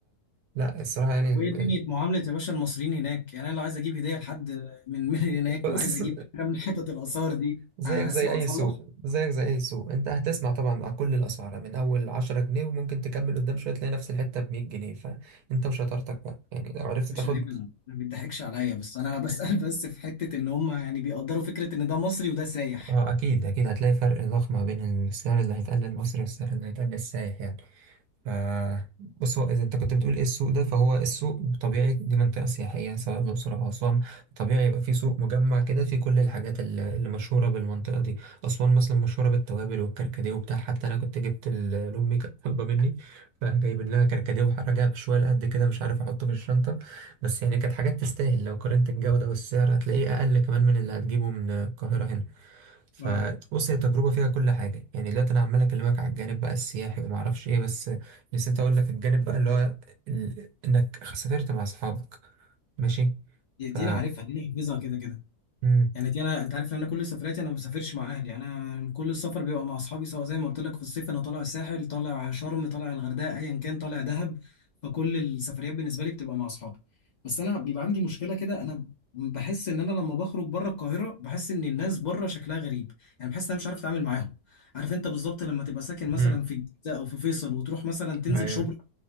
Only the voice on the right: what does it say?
لا الصراحه يعني ال...
ال...
<laughs> بص
زيك
زي
اي
سوق زيك زي اي سوق انت هتسمع طبعا على كل الاسعار من اول 10 جنيه وممكن تكمل قدام شويه تلاقي نفس الحته ب 100 جنيه فانت وشطارتك بقى يعني لو عرفت
تاخد
اه اكيد اكيد هتلاقي فرق ضخم ما بين السعر اللي هيتقال للمصري والسعر اللي هيتقال للسائح يعني ف بص هو اذا انت كنت بتقول ايه السوق ده فهو السوق طبيعي دي منطقه سياحيه سواء الاقصر او اسوان طبيعي يبقى في سوق مجمع كده فيه كل الحاجات ال- اللي مشهوره بالمنطقه دي اسوان مثلا مشهوره بالتوابل والكركديه وبتاع حتى انا كنت جبت ال- لامي كانت طالبه مني فجايبين لها كركديه وراجع بشويه قد كده مش عارف احطه في الشنطه بس يعني كانت حاجات تستاهل لو قارنت الجوده والسعر هتلاقيه اقل كمان من اللي هتجيبه من القاهره هنا فبص
هي تجربة فيها كل حاجة يعني دلوقتي أنا عمال أكلمك على الجانب بقى السياحي وما أعرفش إيه بس نسيت أقول لك الجانب بقى اللي هو ال... إنك سافرت مع أصحابك ماشي
ف
مم.
امم
ايوه